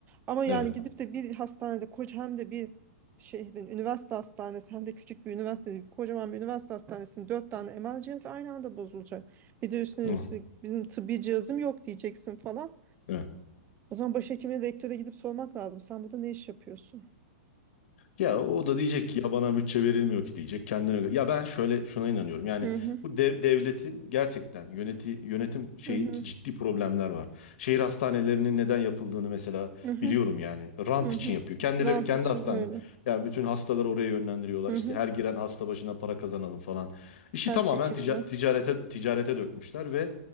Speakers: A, on the right; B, on the left.
A: Ama yani
B: Evet.
A: gidip de bir hastanede koca hem de bir şehrin üniversite hastanesi hem de küçük bir üniversite, kocaman bir üniversite hastanesinin dört tane MR cihazı aynı anda bozulacak. Bir de üstüne
B: Hı,
A: üstlük bizim tıbbi cihazım yok diyeceksin falan.
B: Evet.
A: O zaman başhekime, rektöre gidip sormak lazım. Sen burada ne iş yapıyorsun?
B: Ya o da diyecek ki ya bana bütçe verilmiyor ki diyecek kendine göre. Ya ben şöyle şuna inanıyorum. Yani
A: Hı hı,
B: bu dev- devletin gerçekten yöneti yönetim şeyi
A: hı hı,
B: ciddi problemler var. Şehir hastanelerinin neden yapıldığını mesela
A: hı hı,
B: biliyorum yani. Rant
A: hı
B: için
A: hı.
B: yapıyor. Kendileri
A: Rant
B: kendi
A: için
B: hastane.
A: öyle.
B: Ya bütün hastaları oraya yönlendiriyorlar.
A: Hı
B: İşte
A: hı.
B: her giren hasta başına para kazanalım falan. İşi
A: Her
B: tamamen
A: çekimden.
B: tica- ticarete ticarete dökmüşler ve